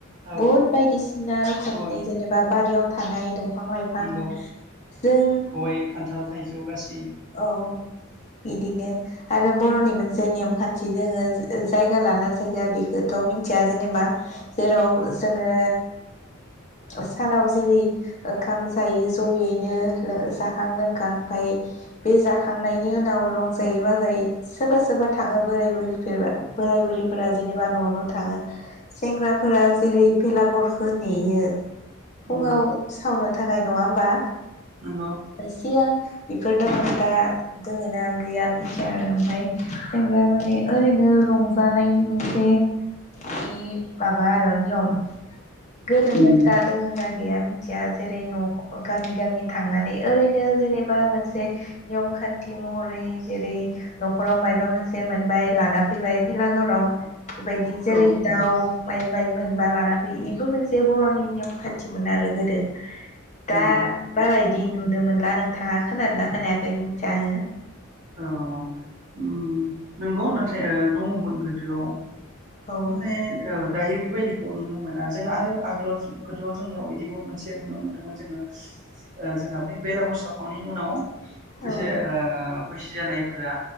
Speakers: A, on the right (about 40°); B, on the left (about 35°).
A: औ
B: बहुद बायदिसिना रखमनि
A: गय
B: जेनेबा बारियाव थानाय दंफां लाइफां
A: नंगौ
B: जों
A: गय, खान्थाल, थाइज जौ गास
B: औ बिदिनो आरो बर'नि मोनसे नेम खान्थि जोंङो जायगा लाना जायगा बेखौथ मिथिया जेनेबा जेराव जोंङो ओ सानाव जेरै ओंखाम जायो जयैनो लो जाखां लोंखां ओमफाय बे जाखांनायनि उनाव रंजायै बाजायै सोरबा सोरबा थांङो बोराय बुरफोर बोराय बुरिफोरा जेनेबा न' न' थांङो सेंग्राफोरा जेरै बेलागुरखौ नेयो फुंङाव
A: नंगौ
B: सावना थाखाय नंङा होमबा?
A: नंगौ
B: ओ सिगां इफोर दं आरो दा दोंङो ना गैया मिथिया आरो ओमफाय जों माने ओरैनो रंजानायनि मोनसे इ माबा आरो नियम गोदोमोन दा दोंयोना गैया मिथिया जेरै न'गामि गामि थांनानै ओरै नो जेनेबा मोनसे नियम खान्थि महरै जेरै नखराव मायबा मोनसे मोनबाय लाना फैबाय फेलागोराव बेबायदि जेरै
A: औ
B: दाउ माइ माइ मोनबा लाना फैयो इबो मोन जे बर'नि नेम खान्थिमोन आरो। गोदो
A: नंगौ
B: दा बारा इदि नुनो मोनला नों थाङा खोनादों ना खोनायाखै? खै‌ मोन्थिया‌ आंङो।
A: औ उम नोंगौ ओ दङमोन गोदोआव
B: औ
A: ओमफ्राय ओ दायो बेबायदिखौ नुनो मोना जों आरो आगोलाव गोदोआव जोंनियाव बिदिबो मोनसे नुनो मोन्दोंमोन जोङो जोंहा बे बेलागुर सावखांनायनि उनाव एसे
B: औ
A: ओ बैसो जानायफोरा